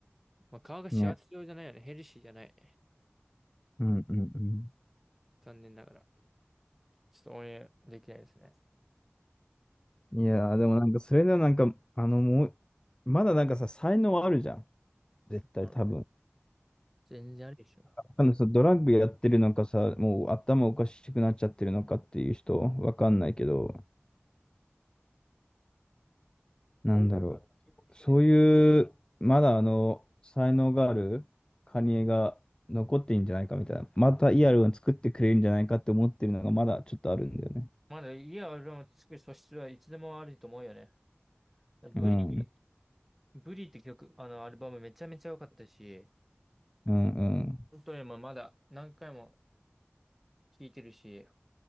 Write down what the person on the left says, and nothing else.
うん。ね。
うんうんうん。
いやー、でもなんか、それではなんか、あの、もう、まだなんかさ、才能あるじゃん。絶対多分。
あのさ、ドラッグやってるのかさ、もう頭おかしくなっちゃってるのかっていう人、わかんないけど、なんだろう。そういう、まだあの、才能があるカニエが残ってんじゃないかみたいな。またイアルを作ってくれるんじゃないかって思ってるのがまだちょっとあるんだよね。
うん、うん、
うん、